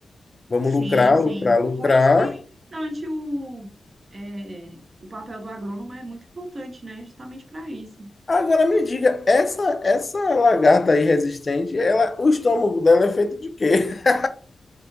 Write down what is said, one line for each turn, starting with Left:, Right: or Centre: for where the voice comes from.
Left: Vamos
Right: Sim,
Left: lucrar,
Right: sim.
Left: lucrar, lucrar.
Right: Por isso que é importante o, é, o papel do agrônomo é muito importante, né? Justamente para isso.
Left: Agora me diga, essa essa lagarta aí resistente, ela, o estômago dela é feito de quê? <laughs>